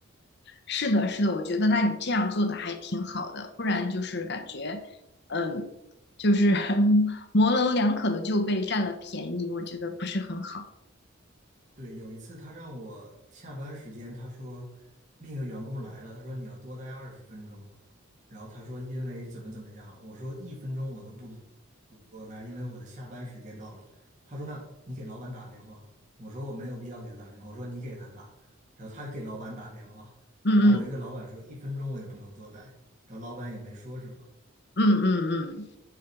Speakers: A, on the left (about 50°); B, on the right (about 35°).
A: 是的，是的，我觉得那你这样做的还挺好的，不然就是感觉嗯，就是 <laughs> 模棱两可的就被占了便宜，我觉得不是很好。
B: 对，有一次他让我下班时间，他说另一个员工来了，他说你要多待二十分钟，然后他说因为怎么怎么样，我说一分钟我都不多待，因为我的下班时间到了。他说那你给老板打电话，我说我没有必要给他打电话，我说你给他打，然后他给老板打电话，
A: 嗯嗯
B: 然后我一个老板说一分钟我也不能多待，然后老板也没说什么，
A: 嗯嗯嗯，